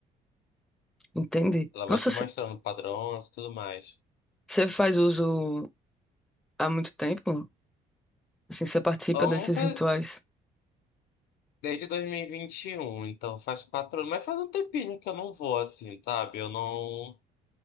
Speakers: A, in the centre; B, on the left (about 75°).
A: entendi.
B: Ela vai
A: Nossa,
B: te mostrando padrões e tudo mais.
A: você faz uso há muito tempo? Assim, você participa
B: Então,
A: desses
B: faz,
A: rituais?
B: desde 2021 então faz quatro anos, mas faz um tempinho que eu não vou assim, sabe? Eu não.